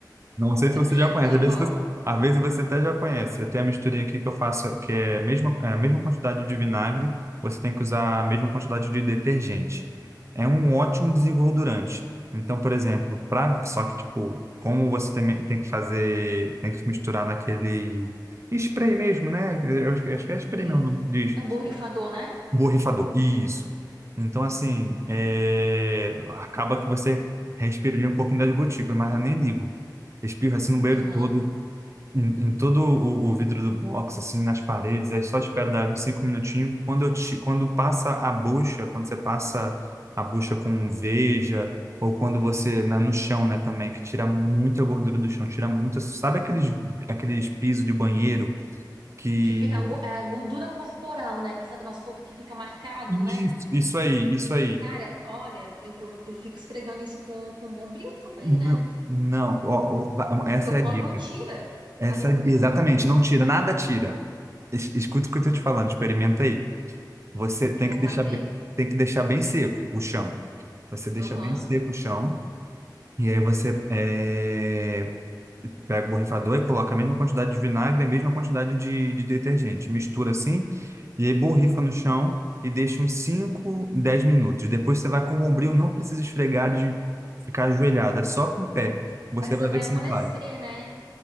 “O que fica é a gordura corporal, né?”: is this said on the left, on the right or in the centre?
Right